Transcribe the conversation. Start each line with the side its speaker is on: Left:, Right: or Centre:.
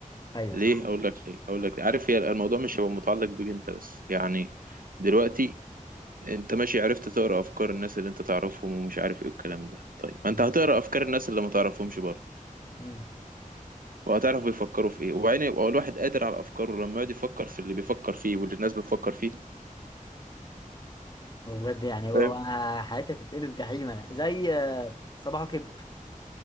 Left: ايوه
Right: ليه
Left: صح
Right: اقول لك ليه اقول لك ليه. عارف هي الموضوع مش هيبقى متعلق بيك انت بس يعني دلوقتي انت ماشي عرفت تقرأ افكار الناس اللي انت تعرفهم ومش عارف ايه والكلام ده طيب ما
Left: امم
Right: انت هتقرأ افكار الناس اللي ما تعرفهمش برضه
Left: امم
Right: وهتعرف بيفكروا في ايه وبعدين يبقى الواحد قادر على افكاره لما يقعد يفكر في اللي بيفكر فيه واللي الناس بتفكر فيه
Left: بجد يعني هو
Right: فاهم
Left: هو حياتي هتتقلب جحيم انا زي آه، صباحو كده